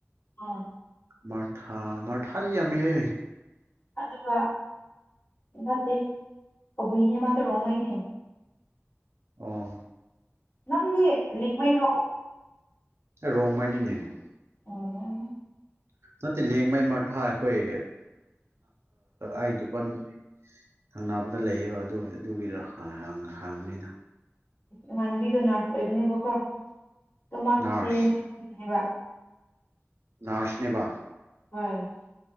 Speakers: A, on the left; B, on the right.
A: ꯑ <inaudible>
B: ꯃꯊꯥ ꯃ ꯊꯥꯔꯤꯌꯥꯃꯤꯃꯦ
A: ꯑꯗꯨꯒ ꯏꯝ ꯐꯥꯠꯇꯦ ꯀꯕꯨꯏꯅꯦ ꯃꯥ ꯆꯣꯔꯣꯡꯉꯩꯅꯦ
B: ꯑꯣ
A: ꯅꯪꯗꯤ ꯂꯦꯡꯉꯣꯏꯔ꯭ꯔꯣ
B: ꯔꯣꯃꯥꯏꯅꯤꯅꯦ
A: ꯑꯣ
B: ꯅꯠꯇꯦ ꯂꯦꯡꯃꯩ ꯃꯔꯊꯥ ꯑꯩꯈꯣꯏ ꯑꯩ ꯗꯨꯀꯥꯟ ꯁꯪꯅꯥꯅꯕꯗ ꯂꯩꯌꯦꯕ ꯑꯗꯨ ꯑꯗꯨꯒꯤꯗꯣ ꯍꯥꯡꯕꯅꯤꯗꯣ
A: ꯏꯃꯥꯟꯅꯕꯤꯗꯣ ꯅꯔꯁ ꯑꯣꯏꯕꯅꯦꯕꯀꯣ ꯑꯗꯣ ꯃꯥꯁꯨ
B: ꯅꯔꯁ
A: ꯇꯤ ꯑꯦꯝꯅꯦꯕ
B: ꯅꯔꯁꯅꯦꯕ
A: ꯍꯣꯏ